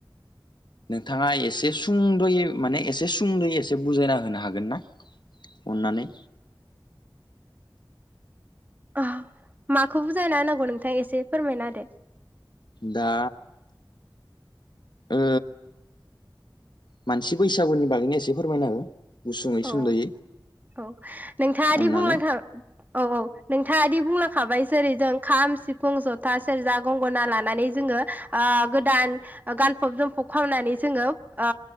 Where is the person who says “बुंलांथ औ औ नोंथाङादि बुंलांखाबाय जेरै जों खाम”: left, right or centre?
Right